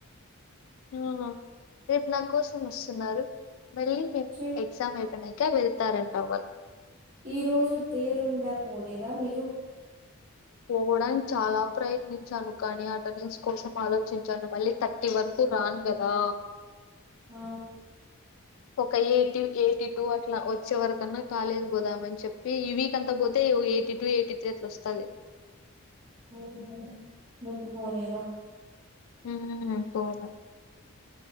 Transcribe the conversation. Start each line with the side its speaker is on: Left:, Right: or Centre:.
Left: ఉహు రేపు నా కోసం వస్తున్నారు మళ్ళీ
Right: చూడు
Left: ఎగ్జామ్ అయిపోనాక వె తారంటవన్
Right: ఈ రోజు తేరుండే పోలేదా మీరు
Left: పోవడానికి చాలా ప్రయత్నించాను కానీ అటెండెన్స్ కోసం ఆలోచించాను మళ్ళీ థర్టీ వరకు రాను కదా
Right: ఆ
Left: ఒక ఎయిటీ ఎయిటీ టూ అట్లా వచ్చే వరకన్నా కాలేజ్కి పోదామని చెప్పి ఈ వీక్ అంతా పోతే ఎయిటీ టూ ఎయిటీ త్రీ అట్లా వస్తది
Right: ఉహు ఊరికి పోలేదా
Left: ఉమ్ పోలే